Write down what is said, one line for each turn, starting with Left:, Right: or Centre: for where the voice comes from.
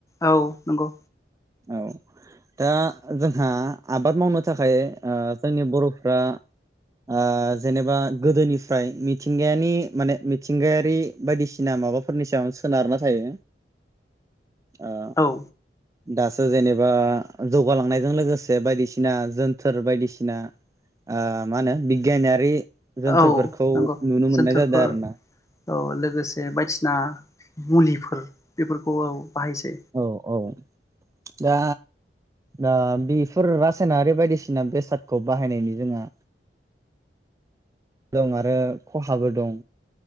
Left: औ नंगौ।
Right: औ दा जोंहा आबाद मावनो थाखाय ओ जोंनि बर'फ्रा ओ जेनेबा गोदोनिफ्राय मिथिंगायानि माने मि मिथिंगायारि बायदिसिना माबाफोरनि सायावनो सोनारना थायो। ओ
Left: औ
Right: दासो जेनेबा जौगालांनायजों लोगोसे बायदिसिना जोनथोर बायदिसिना ओ मा होनो बिगियानारि जोनथोरफोरखौ
Left: औ नंगौ
Right: नुनो
Left: जोनथोरफोर
Right: मोननाय जादों आरो ना।
Left: औ लोगोसे बायदिसिना मुलिफोर बेफोरखौ औ बाहायसै
Right: औ औ दा दा बेफोर रासायनारि बायदिसिना बेसादखौ बाहायनायनि जोंहा दं आरो खहाबो दं।